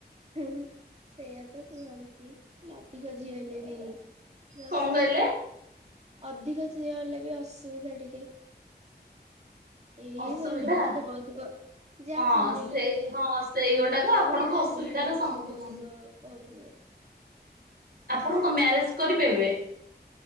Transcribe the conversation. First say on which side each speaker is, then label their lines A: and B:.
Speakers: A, on the right; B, on the right.
A: ହିଁ ହିଁ ସେଇଆ ତ କୁହନ୍ତି, ଅଧିକ ଝିଅ ହେଲେ ବି କିଅସୁବିଧା।
B: କଣ କହିଲେ
A: ଅଧିକ ଝିଅ ହେଲେ ବି ଅସୁବିଧା ଟିକେ। ଏଇସବୁ
B: ଅସୁବିଧା
A: ଯୌତୁକ ଭୌତୁକ ଯାହା
B: ହଁ
A: ଫ୍ୟାମିଲିରେ
B: ସେ ହଁ ସେଇ ଗୋଟାକ
A: ଯୋଉ ପୁଅ
B: ଆପଣଙ୍କ
A: ଘର ଫ୍ୟାମିଲିରେ
B: ଅସୁବିଧାର
A: ଯୌତୁକ
B: ସମ୍ମୁଖୀନ।
A: ଭୌତୁକ କହୁଥିବେ ।
B: ଆପଣଙ୍କ ମ୍ୟାରେଜ କରିବେ ଏବେ ।